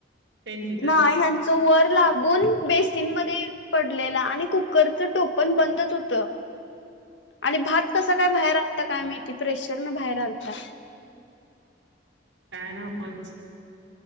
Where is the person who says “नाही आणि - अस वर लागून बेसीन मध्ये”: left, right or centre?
Left